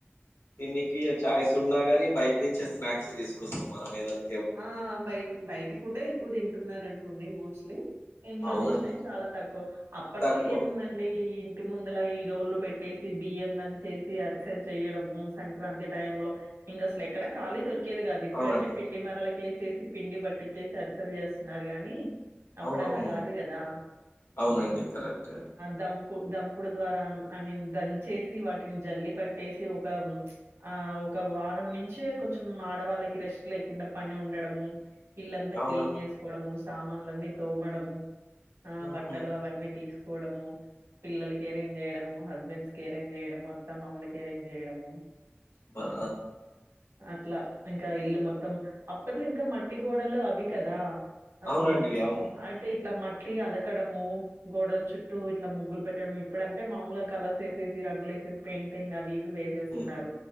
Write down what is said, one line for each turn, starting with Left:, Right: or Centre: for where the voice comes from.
Left: దినికి చాయ్స్ ఉన్నా గాని బయట నుంచి స్నాక్స్ తీసుకొస్తాం మనం ఏదన
Right: ఆ బయ బయట ఫుడ్ ఎక్కువ తింటున్నారు అనుకోండి మోస్ట్లీ ఇంట్లో
Left: అవునండి.
Right: చేసినది చాలా తక్కువ అప్పట్లో
Left: తక్కువ.
Right: ఏముందండి ఈ ఇంటి ముందుల రోళ్లు పెట్టేసి బియ్యం దంచేసి అరిసెలు చెయడము సంక్రాంతి టైం లో ఇంక అసలు ఎక్కడ కాళీ దొరికితే ఉడికేది కాదు ఇప్పుడంటే
Left: అవునండి.
Right: పిండి మరలకేసేసి పిండి బట్టిచ్చేసి అరిసలు చేస్తున్నారు గాని అప్పుడు
Left: అవునవును.
Right: అలా కాదు కదా
Left: అవునండి. కరెక్టే అది.
Right: దం దంపుడు ద్వారా ఐ మీన్ దంచేసి వాటిని జల్లిపట్టేసి ఒక ఆ ఒక వారం నుంచే కొంచెం ఆడవాళ్ళకి రెస్ట్ లేకుండా పని ఉండడము ఇల్లంతా
Left: అవునండి.
Right: క్లీన్ చేసుకోవడము సామాన్లన్నీ తోమడము ఆ
Left: ఉహు
Right: బట్టలు అవన్నీ తీసుకోవడము పిల్లలకి ఏరేం చేయడము హస్బెండ్స్ క ఏరేం చేయడము అత్తం మామలకి ఏరేం చేయడము
Left: అబ్బా
Right: అట్లా ఇంకా ఇల్లు మొత్తం అప్పట్లో ఇంకా మట్టి గోడలు అవి కదా అ
Left: అవునండి అవును
Right: అంటే ఇట్లా మట్ మట్టి అలకడము గోడల చుట్టూ ఇట్లా ముగ్గులు పెట్టడంము ఇప్పుడు అంటే మామూలుగా కలర్స్ వేసేసి రంగులు వేసేసి పెయింటింగ్ అవి ఇవి వ వేసేస్తున్నారు
Left: హ్మ్.